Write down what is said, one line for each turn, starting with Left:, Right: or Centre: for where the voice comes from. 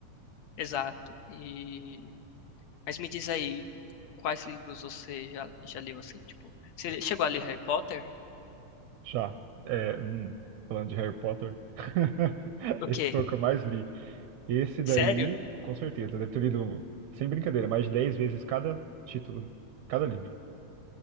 Left: Exato. E. Mas me diz aí, quais livros você já, já leu, assim, tipo. Você chegou a ler Harry Potter?
Right: Já. É, hum, falando de Harry Potter. <laughs>
Left: O
Right: Esse
Left: quê?
Right: foi o que eu mais li. Esse daí,
Left: Sério?
Right: com certeza, deve ter lido, sem brincadeira, mais de 10 vezes cada título, cada livro.